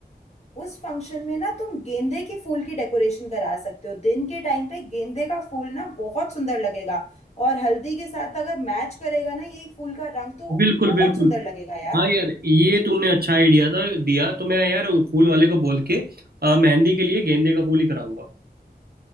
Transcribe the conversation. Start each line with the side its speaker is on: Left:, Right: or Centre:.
Left: उस फंक्शन में ना तुम गेंदे के फूल की डेकोरेशन करा सकते हो दिन के टाइम पे गेंदे का फूल ना बहुत सुंदर लगेगा और हल्दी के साथ अगर मैच करेगा ना यही फूल का रंग तो
Right: बिल्कुल
Left: बहुत
Right: बिल्कुल
Left: सुंदर लगेगा यार
Right: हाँ यार ये तुमने अच्छा आइडिया था दिया तो मैं यार वो फूल वाले को बोल के अ, मेहंदी के लिए गेंदे का फूल ही कराऊंगा